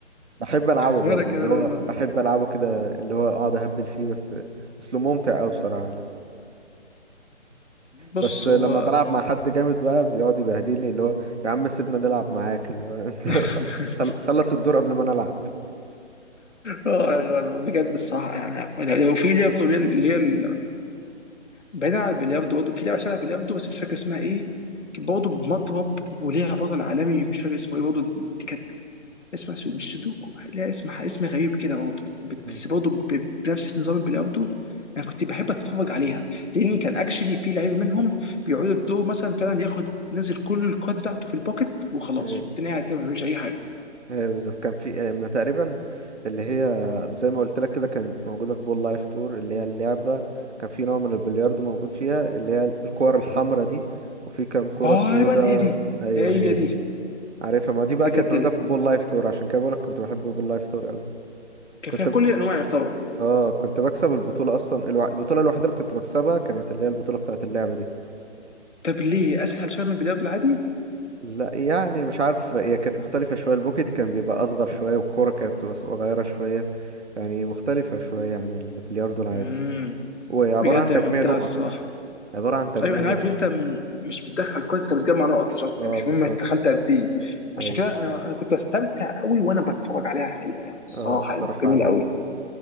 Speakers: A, on the right (about 70°); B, on the left (about 80°).
A: بحب ألعبه
B: <laughs>
A: برضه
B: وانا كمان
A: اللي هو
B: والله
A: بحب ألعبه كده اللي هو أقعد أهبل فيه بس أصله ممتع أوي بصراحة
B: بص
A: بس لما
B: هو
A: بلعب مع حد جامد بقى بيقعد يبهدلني اللي هو يا عم سيبنا نلعب معاك اللي هو أنت <laughs>
B: <laughs>
A: خل- خلص الدور قبل ما نلعب
B: اه بجد الصراحه يعني لو في لعبه برضه اللي هي اللي هي بعيدا عن البلياردو برضه في لعبه شبه البلياردو بس مش فاكر اسمها ايه كانت برضه بمضرب وليها بطل عالمي مش فاكر اسمه ايه برضه دي كانت اسمها سو- مش سودوكو لا اسم اسم غريب كده برضه
A: مم.
B: بس برضه ب- بنفس نظام البلياردو انا كنت بحب اتفرج عليها لان كان اكشلي في لعيبه منهم بيقعدوا الدور مثلا فعلا ياخد نزل كل الكارد بتاعته في البوكت وخلاص
A: ايه
B: والتاني قاعد كده ما بيعملش اي حاجه
A: ايه بالظبط كان في آه، ما تقريبا اللي هي زي ما قلت لك كده كانت موجودة في بول لايف تور اللي هي اللعبة كان في نوع من البلياردو موجود فيها اللي هي الكور الحمراء دي وفي كام كرة
B: ايوه
A: سودا
B: ايه دي
A: ايوه
B: هي
A: هي دي
B: دي
A: عارفها ما دي بقى
B: بجد
A: كانت موجودة
B: لا.
A: في بول لايف تور عشان كده بقولك كنت بحب بول لايف تور قوي
B: كان
A: كنت
B: فيها كل الانواع يعتبر
A: اه كنت بكسب البطولة اصلا الو... البطولة الوحيدة اللي كنت بكسبها كانت اللي هي البطولة بتاعة اللعبة دي
B: طب ليه اسهل شويه من البلياردو العادي؟
A: لا يعني مش عارف هي كانت مختلفة شوية البوكيت كان بيبقى اصغر شوية والكورة كانت صغيرة شوية يعني مختلفة شوية عن البلياردو العادي
B: مم.
A: وعبارة
B: بجد
A: عن
B: يا
A: تجميع
B: ممتاز
A: نقط
B: الصراحه
A: عبارة عن تجميع
B: ايوه انا
A: نقط
B: عارف ان انت م- مش بتدخل كويس انت بتجمع نقط مش اكتر
A: اه
B: يعني مش
A: بالظبط
B: مهم انت دخلت قد ايه عشان
A: ايوه
B: كده انا انا كنت بستمتع قوي وانا بتفرج عليها الحقيقه يعني الصراحه
A: اه بصراحة
B: يعني كانت جميله
A: رايق
B: قوي